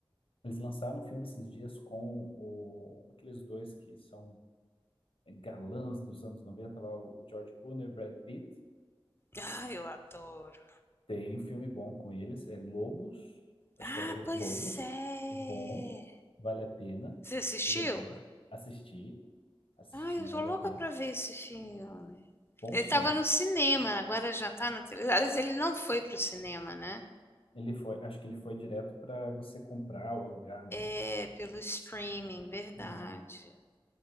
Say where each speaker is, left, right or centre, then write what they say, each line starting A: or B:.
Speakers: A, on the left; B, on the left.
A: Eles lançaram um filme esses dias com o, aqueles dois que são galãs dos anos 90 lá, o George Clooney e o Brad Pitt.
B: Ah, eu adoro.
A: Tem um filme bom com eles, é Lobos, acho
B: Ah,
A: que é Lobos,
B: pois é.
A: é bom, vale a pena,
B: Você assistiu?
A: legal, assistir, assistir,
B: Ai, eu
A: vale
B: tô louca
A: a pena.
B: pra ver esse filme.
A: Bom
B: Ele
A: filme.
B: tava no cinema, agora já tá na televisão. Aliás, ele não foi pro cinema, né?
A: Ele foi, acho que ele foi direto para você comprar ou alugar, né?
B: É, pelo streaming, verdade.
A: Né?